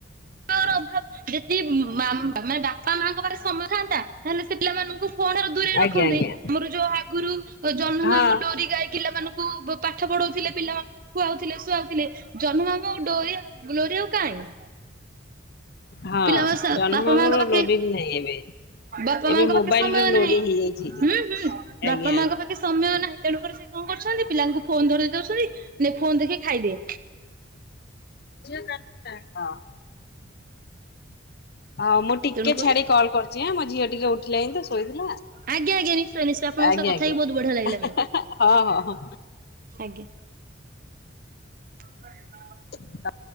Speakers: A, on the right; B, on the left.
A: ହଁ ଭାବ ଯେଦି ଆ ମାନେ <unintelligible> ବାପା ମାଙ୍କ ପାଖରେ ସମୟ ଥାନ୍ତା ତାହେଲେ ସେ ପିଲାମାନଙ୍କୁ ଫୋନରେ ଦୂରେଇ ରଖନ୍ତେ
B: ଆଜ୍ଞା ଆଜ୍ଞା
A: ଆମର ଯୋଉ ଆଗରୁ ଜହ୍ନ
B: ହଁ
A: ମାମୁଁ ଲୋରି ଗାଈ ପିଲାମାନଙ୍କୁ ପାଠ ପଢଉଥିଲେ ପିଲାମାନଙ୍କୁ ଖୁଆଉଥିଲେ ଶୁଆଉଥିଲେ ଜହ୍ନମାମୁ ଡୋରି ଆଉ ଲୋରି ଆଉ କାହିଁ
B: ହଁ
A: ପିଲା
B: ଜହ୍ନ
A: ବାପା
B: ମାମୁଁର
A: ମାଙ୍କ ପାଖେ
B: ଲୋଡିଂ ନାହିଁ ଏବେ।
A: ବାପା
B: ଏବେ
A: ମାଙ୍କ
B: ମୋବାଇଲ
A: ପାଖେ ସମୟ
B: ର ଲୋଡିଂ
A: ନାହିଁ
B: ହେଇଯାଇଛି
A: ହୁଁ ହୁଁ
B: ଆଜ୍ଞା
A: ବାପା ମାଙ୍କ ପାଖେ ସମୟ ନାହିଁ ତେଣୁକରି ସେ କଣ କରୁଛନ୍ତି ପିଲାଙ୍କୁ ଫୋନ ଧରେଇ ଦଉଛନ୍ତି ନେ ଫୋନ ଦେଖି ଖାଇଦେ
B: ଯେ <unintelligible> ହଁ ହଉ ମୁଁ ଟିକେ
A: ତେଣୁକରି
B: ଛାଡି କଲ କରୁଛି ହାଁ ମୋ ଝିଅ ଟିକେ ଉଠିଲାଣି ତ ଶୋଇଥିଲା
A: ଆଜ୍ଞା ଆଜ୍ଞା ନିଶ୍ଚୟ ନିଶ୍ଚୟ ଆପଣଙ୍କ
B: ଆଜ୍ଞା
A: ସହ କଥା
B: ଆଜ୍ଞା
A: ହେଇକି ବହୁତ ବଢିଆ ଲାଗିଲା ମ୍ୟାମ
B: ହଁ ହଁ
A: ଆଜ୍ଞା। <unintelligible>
B: ହ